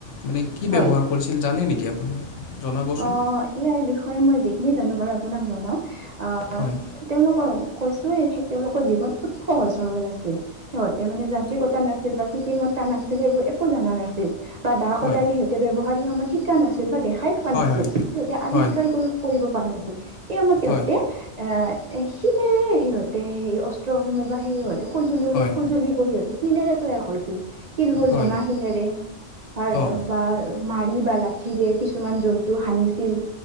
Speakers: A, on the left; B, on the right.
A: মানে কি
B: হয়
A: ব্যৱহাৰ কৰিছিল জানে নেকি আপুনি? জনাবচোন?
B: অ, ইয়াৰ বিষয়ে মই যিখিনি জানো বাৰু আপোনাক জনাও? আহ,
A: হয়,
B: তেওঁলোকৰ কৈছোয়ে তেওঁলোকৰ জীৱন অতি সহজ সৰল আছিল। সিহঁতে মানে যান্ত্ৰিকতা নাছিল বা কৃত্ৰিমত্তা নাছিল। সেইবোৰ একো জনা নাছিল বা দা
A: হয়।
B: কটাৰী সিহঁ তে ব্যৱহাৰ সেই সময়ত শিকা নাছিল বা দেখাই পোৱা
A: হয়
B: নাছিল।
A: হয়
B: সিহঁতে আৱিষ্কাৰি
A: হয়
B: কৰি কৰিব পাৰা নাছিল। সেই সময়ত তেহঁতে,
A: হয়
B: এ শিলেৰে সিহঁতে সেই অস্ত্ৰসমূহ বা সিহঁত তে সজুলু
A: হয়
B: সঁজুলিবোৰ সিহঁতে শিলেৰে তৈয়াৰ কৰিছিল। শিল বোৰ
A: হয়
B: জোঙা শিলেৰে। <unintelligible>
A: অঁ
B: মাৰি বা লাঠিৰে কিছুমান জন্তু হানিছিল।